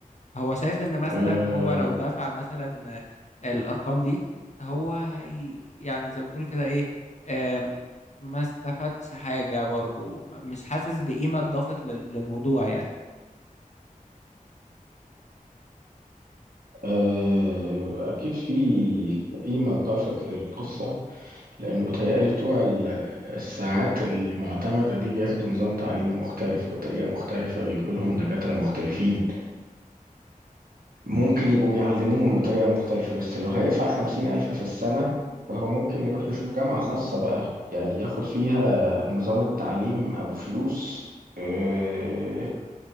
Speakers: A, on the left (about 50°); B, on the right (about 85°).
A: هو شايف ان مثلا
B: آه،
A: هو لو دفع مثلا الارقام دي هو هي يعني زي ما تقول كده ايه آم، ما استفادش حاجة برضو م- مش حاسس بقيمة اضافت لل- للموضوع يعني
B: آه، اكيد في قيمة اتضافت للقصة لأنه بيتهيألي بتوع ال- الساعات المعتمدة دي بياخدوا نظام تعليمي مختلف بطريقة مختلفة بيجيبوا لهم دكاترة مختلفين ممكن يبقوا بيعلموهم بطريقة مختلفة بس لو هيدفع خمسين ألف في السنة فهو ممكن يروح يشوف جامعة خاصة بقى يعني ياخد فيها نظام التعليم أبو فلوس آه،